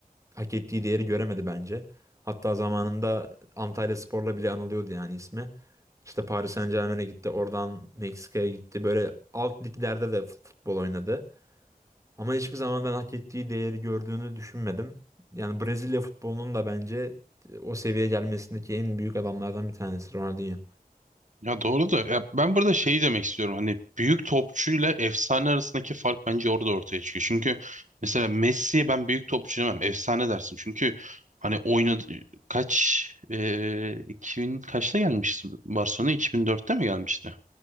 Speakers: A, on the right (about 20°); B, on the right (about 55°).
A: hak ettiği değeri göremedi bence. Hatta zamanında Antalyaspor'la bile anılıyordu yani ismi. İşte Paris Saint-Germain'e gitti, oradan Meksika'ya gitti. Böyle alt liglerde de fut- futbol oynadı. Ama hiçbir zaman ben hak ettiği değeri gördüğünü düşünmedim. Yani Brezilya futbolunun da bence e, o seviyeye gelmesindeki en büyük adamlardan bir tanesi Ronaldinho.
B: Ya doğru da ya ben burada şey demek istiyorum hani büyük topçuyla efsane arasındaki fark bence orada ortaya çıkıyor. Çünkü mesela Messi'ye ben büyük topçu demem efsane dersin. Çünkü hani oynadı kaç eee 2000 kaçta gelmişti Barcelona 2004'te mi gelmişti?